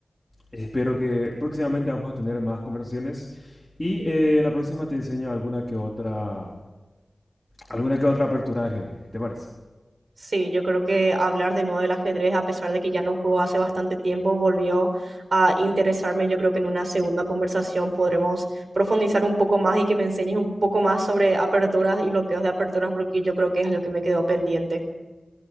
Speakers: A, on the left; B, on the right.
A: Espero que próximamente vamos a tener más conversaciones y eh, en la próxima te enseño alguna que otra, alguna que otra apertura de ajedrez. ¿Qué te parece?
B: Sí, yo creo que hablar de nuevo del ajedrez, a pesar de que ya no juego hace bastante tiempo, volvió a interesarme. Yo creo que en una segunda conversación podremos profundizar un poco más y que me enseñes un poco más sobre aperturas y bloqueos de aperturas, porque yo creo que es lo que me quedó pendiente.